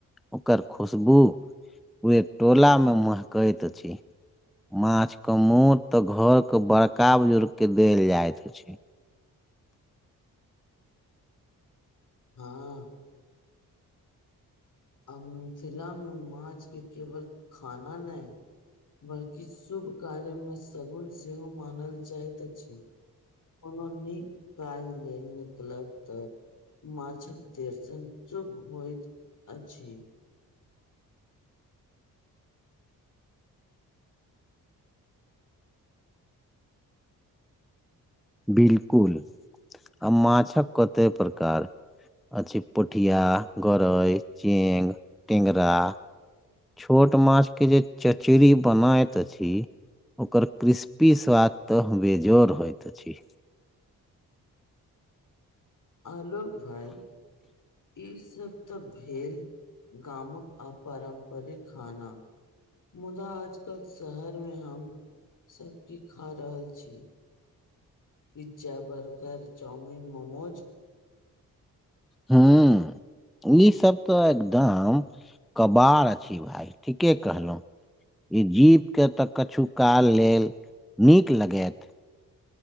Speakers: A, in the centre; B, on the left.
A: ओकर खुशबू ओ टोला मे महकैत अछि। माछ के मोत तऽ घर के बड़का बुजुर्ग के देल जायइत हो छै।
B: हँ। हम फिलम में माछ के केवल खाना नय। बल्कि शुभ कार्यमे सगुण सेहो मानल जाइत अछि। कोनो नीक काज लेल निकलब तऽ। माछक दर्शन चुप होइतइत अछि।
A: बिलकुल आ माछक कते प्रकार। अ छै पोठिया गरै चेंग टेंगरा।
B: ह।
A: छोट माछ के जे चचरी बनाैत अछि। ओकर क्रिस्पी स्वाद तऽ बेजोड़ होइत अछि।
B: आलोक भाइ। ई सब तऽ भेल गामक अपारम्परिक खाना। मुदा आजकल शहर में हम सबकीछ खा रहल छी। Pizza burger chowmein momos.
A: हँ। ई सब तऽ एकदम कबाड अछि भाय ठीके कहलहुं। ई जीभ के तऽ किछु काल लेल नीक लगत।